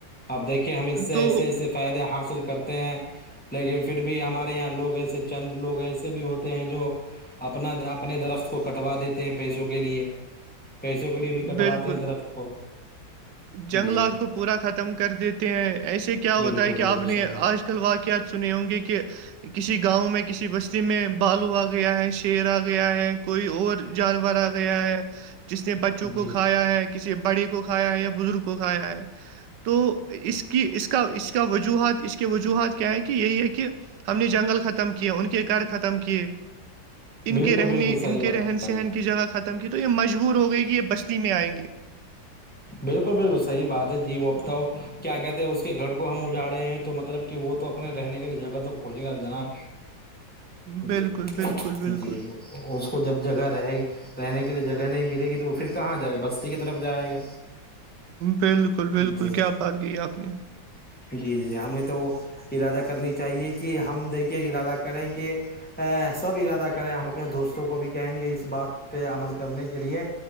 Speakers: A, in the centre; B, on the right.
A: اب دیکھیے ہم اس سے
B: تو
A: ایسے ایسے قائدے حاصل کرتے ہیں لیکن پھر بھی ہمارے یہاں لوگ ایسے چند لوگ ایسے بھی ہوتے ہیں جو اپنا اپنے درخت کو کٹوا دیتے ہیں پیسوں کے لیے پیسوں کے لیے بھی کٹواتے
B: بالکل
A: ہیں درخت کو
B: جنگلات
A: جی
B: کو پورا ختم کر دیتے ہیں ایسے کیا ہوتا
A: بالکل
B: ہے کہ
A: بالکل
B: آپ نے
A: صحیح
B: آج واقعات سنے ہوں گے کہ کسی گاؤں میں کسی بستی میں بالو آ گیا ہے شیر آ گیا ہے کوئی اور جانور آ گیا ہے جس نے بچوں
A: بات
B: کو
A: جی
B: کھایا ہے کسی بڑے کو کھایا ہے بزرگوں کا آیا ہے تو اس کی اس کا اس کا وجوہات اس کے وجوہات کیا ہیں کہ یہی ہے کہ ہم نے جنگل ختم کیے ان کے گھر ختم کیے ان
A: بالکل
B: کے رہنے
A: بالکل صحیح
B: ان کے
A: بات
B: رہن سہن کی جگہ ختم کی تو یہ مجبور ہو گئی کہ یہ بستی میں آئیں گے
A: بالکل بالکل صحیح بات ہے جی وہ بتاؤ کیا کہتے ہیں اس کے گھر کو ہم اجا رہے ہیں تو مطلب کہ وہ تو اپنے رہنے کے لیے جگہ تو کھجے گا جناب جی
B: بالکل بالکل بالکل
A: جی اس کو جب جگہ رہےی رہنے کے لیے جگہ نہیں ملے گی تو وہ پھر کہاں جائے گا بستی کی طرف جائے گا
B: بالکل بالکل
A: جی
B: کیا بات گئی آخ نے
A: جی جی ہمیں تو وہ ارادہ کرنی چاہیے کہ ہم دیکھیے ارادہ کریں کہ سب ارادہ کریں ہم اپنے دوستوں کو بھی کہیں گے اس بات پہ عمل کرنے کے لیے